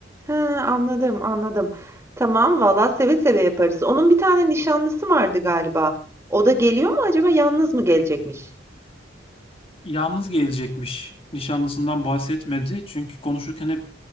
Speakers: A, on the right; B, on the left.
A: He, anladım, anladım. Tamam, valla seve seve yaparız. Onun bir tane nişanlısı vardı galiba. O da geliyor mu acaba? Yalnız mı gelecekmiş?
B: Yalnız gelecekmiş. Nişanlısından bahsetmedi. Çünkü konuşurken hep